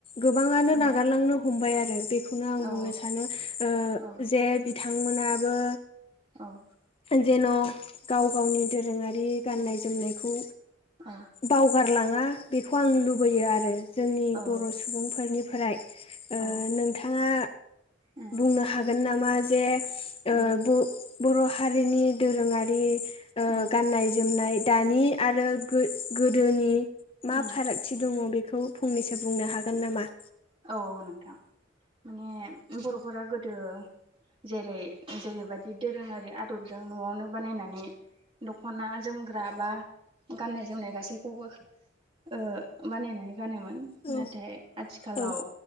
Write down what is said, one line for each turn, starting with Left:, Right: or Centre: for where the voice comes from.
Left: गोबाङानो
Right: उम
Left: नागारलांनो हमबाय आरो बेखौनो आं
Right: औ
Left: बुंनो सानो ओ
Right: औ
Left: जे बिथांमोनाबो
Right: औ
Left: जेन' गाव गावनि दोरोङारि गाननाय-जोमनायखौ
Right: औ
Left: बावगार लाङा बेखौ आं लुबैयो आरो जोंनि
Right: औ
Left: बर' सुबुंफोरनिफ्राय ओ
Right: औ
Left: नोंथाङा
Right: उम
Left: बुंनो हागोन नामा जे ओ
Right: उम
Left: ब बर' हारिनि दोरोङारि
Right: उम
Left: गान्नाय-जोमनाय दानि आरो गो गोदोनि मा
Right: उम
Left: फारागथि दङ' बे खौ फंनैसो बुंनो हागोन नामा?
Right: औ नोंथां माने बर'फोरा गोदो जेरै जेरैबादि दोरोङारि आदबजों न'आवनो बानायनानै दख'ना जोमग्रा बा गाननाय-जोमनाय गासैखौबो ओ बानायनानै गानोमोन
Left: औ
Right: नाथाय आथिखालाव
Left: औ